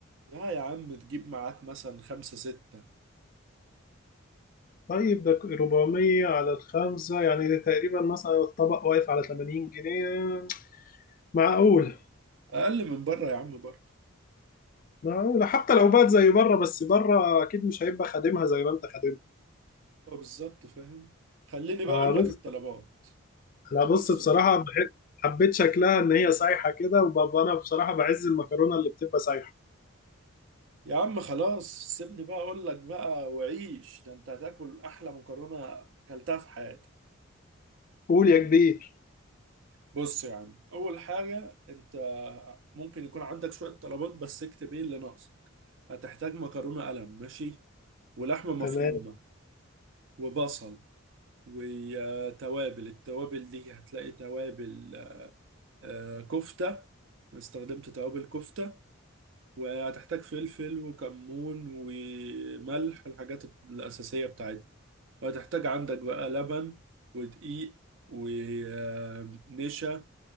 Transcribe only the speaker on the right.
لا يا عم تجيب معاك مثلا خمسة ستة
أقل من بره يا عم برضه
اه بالظبط فاهم خليني بقى
أقول
لك الطلبات
بص
يا معلم
يا عم خلاص سيبني بقى أقول لك بقى وعيش ده أنت هتاكل أحلى مكرونة أكلتها في حياتك
بص يا عم أول حاجة أنت ممكن يكون عندك شوية طلبات بس اكتب إيه اللي ناقصك هتحتاج مكرونة قلم ماشي ولحمة مفرومة
وبصل وتوابل التوابل دي هتلاقي توابل آه، كفتة أنا استخدمت توابل كفتة وهتحتاج فلفل وكمون وملح الحاجات الأساسية بتاعتنا وهتحتاج عندك بقى لبن ودقيق ونشا